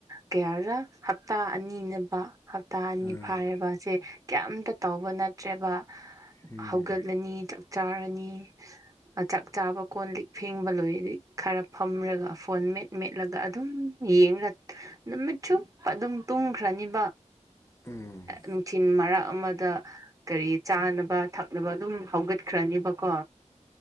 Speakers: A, on the right; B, on the left.
A: ꯀꯌꯥꯔ ꯍꯞꯇꯥ ꯑꯅꯤꯅꯕ ꯍꯞꯇꯥ ꯑꯅꯤ
B: ꯎꯝ
A: ꯐꯥꯦꯕꯁꯦ ꯀꯌꯥꯝꯇ ꯇꯧꯕ ꯅꯠꯇ꯭ꯔꯦꯕ
B: ꯎꯝ
A: ꯍꯧꯒꯠꯂꯅꯤ ꯆꯥꯛ ꯆꯥꯔꯅꯤ ꯆꯥꯛ ꯆꯥꯕ ꯀꯣꯟ ꯂꯤꯛ ꯐꯦꯡꯕ ꯂꯣꯏ ꯈꯔ ꯐꯝꯔꯒ ꯐꯣꯟ ꯃꯦꯠ ꯃꯦꯠꯂꯒ ꯑꯗꯨꯝ ꯌꯦꯒ ꯅꯨꯃꯤꯠ ꯆꯨꯞ ꯑꯗꯨꯝ ꯇꯨꯝꯈ꯭ꯔꯅꯤꯕ
B: ꯎꯝ
A: ꯅꯨꯡꯊꯤꯜ ꯃꯔꯛ ꯑꯃꯗ ꯀꯔꯤ ꯆꯥꯅꯕ ꯊꯛꯅꯕ ꯑꯗꯨꯝ ꯍꯧꯒꯠꯈ꯭ꯔꯅꯦꯕꯀꯣ